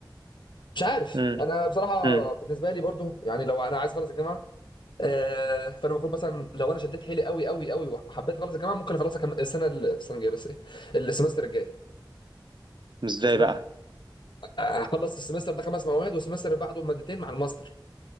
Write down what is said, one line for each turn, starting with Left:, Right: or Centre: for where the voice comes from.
Left: مش عارف
Right: مم.
Left: انا بصراحه
Right: مم.
Left: بالنسبه لي برضو يعني لو انا عايز اخلص الجامعه آه، فانا المفروض مثلا لو انا شديت حيلي قوي قوي قوي وحبيت اخلص الجامعه ممكن اخلصها كم... السنه ال- السنه الجايه بس ايه السمستر الجاي
Right: ازاي
Left: بس انا
Right: بقى
Left: اخلص السمستر ده خمس مواد والسمستر اللي بعده مادتين مع الماستر